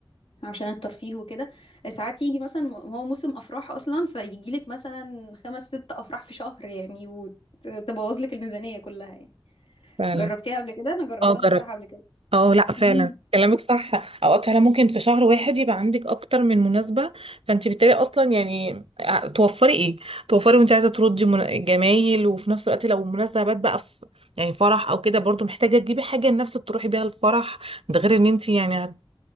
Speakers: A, on the left; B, on the right.
A: عشان الترفيه وكده ساعات يجي مثلا م- هو موسم افراح اصلا فيجي لك مثلا خمس ست افراح في شهر يعني وتبوظ لك الميزانية كلها يعني
B: فعلا
A: جربتيها قبل كده انا جربتها
B: اه جربي.
A: بصراحة قبل كده
B: اه لا فعلا
A: <laughs>
B: كلامك صح اوقات فعلا ممكن في شهر واحد يبقى عندك اكتر من مناسبه فانت بالتالي اصلا يعني ع- توفري ايه توفري وانت عايزه تردي من- جمايل وفي نفس الوقت لو مناسبات بقى في يعني فرح او كده برضو محتاجه تجيبي حاجه لنفسك تروحي بيها الفرح ده غير ان انت يعني هت-